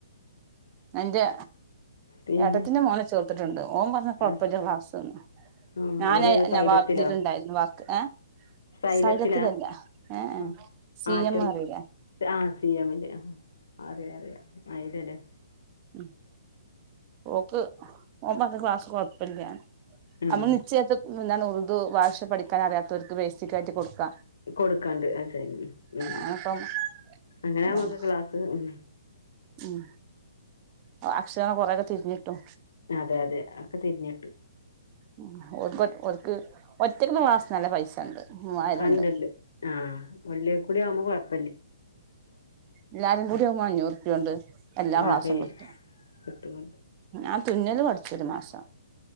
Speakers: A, on the right (about 20°); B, on the left (about 75°).
A: എന്റെ
B: പിന്നെ
A: ഏട്ടത്തിന്റെ മോനെ ചേർത്തിട്ട്ണ്ട് ഓംപർഞ്ഞെ കൊയപ്പല്ല
B: അത്
A: ക്ലാസെന്ന്
B: ആഹ്
A: ഞാന്
B: ഓരേതാ സൈലത്തിലോ
A: നവാതിലിണ്ടായിരുന്നു വ ഏ
B: സൈലത്തിലാ
A: സൈലത്തിലല്ല ഏ ഏ
B: ഉം
A: സി
B: ആറ്റം
A: എം അറിയില്ലേ
B: ആ സ എമില് അറിയ അറിയ ആ <unintelligible>
A: ഉം ഓക്ക് ഓം പറഞ്ഞ് ക്ലാസ് കൊഴപ്പില്ല
B: ആഹ്
A: അമ്മള് നിച്യ യാത്ത് എന്താണ് ഉറുദു ഭാഷ പഠിക്കൻ അറിയാത്തോർക്ക് ബേസിക്കായിട്ട് കൊടുക്ക
B: കൊടുക്കാണ്ട് അഅ ശെരി ഉം ഉം ഉം
A: അങ്ങനപ്പം
B: അങ്ങനെ
A: ഇതാണ്
B: മ്മക്ക് ക്ലാസ്സ് ഉം
A: ഉം ഓ അക്ഷരങ്ങ കൊ പ്രകത്തിരിന്നിട്ടും
B: അതെ അതെ ഒക്കെ തിരിഞ്ഞിട്ട്
A: ഉം ഒക്ക ഒക്ക് ഒ ഒറ്റയ്ക്ക്ന്ന് ക്ലാസിന് നല്ല പൈസ ഉണ്ട് മൂവായിരണ്ട്
B: ഉണ്ട് ഉണ്ട് ആഹ വല്ലിയ കൂടി ആവുമ്പോ കൊഴ
A: എല്ലാരും കൂടി ആകുമ്പോ അഞ്ഞൂറ് റുപ്യാണ്ട് എല്ലാ
B: ആഹ്
A: ക്ലാസും
B: ചെയ്യും
A: കിട്ടും
B: കിട്ടും
A: ആ തുന്നത് പടിച്ചൊരു മാസം